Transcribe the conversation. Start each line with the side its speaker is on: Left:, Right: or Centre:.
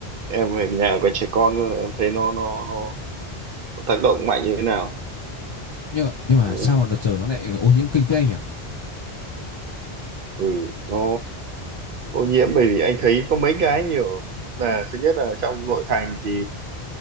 Right: Em về nhà có trẻ con cơ, em thấy nó nó nó tác động mạnh như thế nào
Left: Nhưng mà, nhưng mà
Right: Đấy.
Left: sao mà đợt giờ nó lại ô nhiễm kinh thế anh nhỉ?
Right: ừ nó ô nhiễm bởi vì anh thấy có mấy cái nhiều là thứ nhất là trong nội thành thì